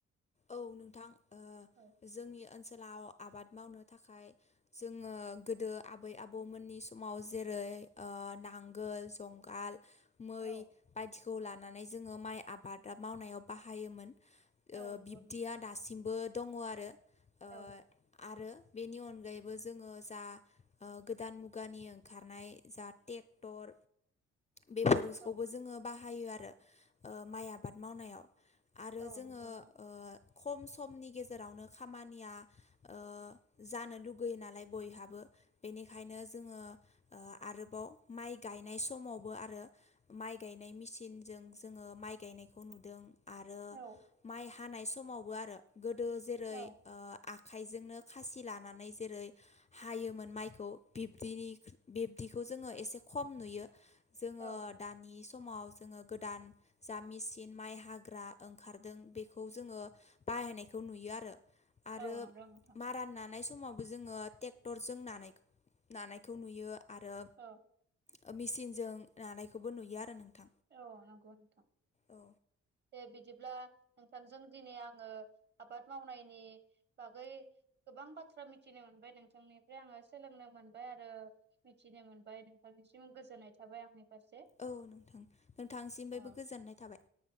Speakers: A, on the left (about 25°); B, on the right (about 35°).
A: औ नोंथां ओ
B: औ
A: जोंनि ओनसोलाव आबाद मावनो थाखाय जोङो गोदो आबै आबौमोननि समाव जेरै ओ नां नांगोल जंगाल मै
B: औ
A: बायदिखौ लानानै जोङो माइ आबादा मावनायाव बाहायोमोन ओ
B: औ नांगौ
A: दासिमबो दङ आरो। ओ
B: औ।
A: आरो बेनि अनगायैबो जोङो जा ओ गोदान मुगानि ओंखारनाय जा टेक्टर बेफोरसखौबो
B: औ
A: जोङो बाहायो आरो माइ ओ आबाद मावनायाव। आरो
B: औ
A: जोङो
B: नंगौ नोंथां
A: ओ खम समनि गेजेरावनो खामानिया ओ जानो लुगैयो नालाय बयहाबो बेनिखायनो जोङो ओ आरोबाव माइ गायनाय समावबो आरो माइ गायनाय मिसिनजों जोङो माइ गायनाय खौ नुदों आरो
B: औ
A: माइ हानाय समावबो आरो गोदो जेरै
B: औ
A: ओ आख आखायजोंनो खासि लानानै जेरै हायोमोन माइखौ बिबदि बिबदिखौ जोङो एसे खम नुयो। जोङो
B: औ
A: दानि समाव जोङो गोदान जामिसिन माइ हाग्रा ओंखारदों बेखौ जोङो बाहायनायखौ नुयो आरो आरो
B: औ नंगौ नोंथां
A: माराना <unintelligible> समावबो जोङो टेक्टरजों नानायखो नानायखौ नुयो आरो
B: औ
A: ओ मिचनजों नानायखौबो नुयो आरो नोंथां
B: औ नंगौ नोंथां।
A: औ
B: दे बिदिब्ला नोंथांजों दिनै आङो आबाद मावनायनि बागै गोबां बाथ्रा मिथिनो मोनबाय नोंथांनिफ्राय आङो सोलोंनो मोनबाय आरो मिथिनो मोनबाय नोंथांनि सिम गोजोन्नाय थाबाय आंनि फारसे
A: औ नोंथां नोंथांसिमबायबो
B: औ
A: गोजोननाय थाबाय।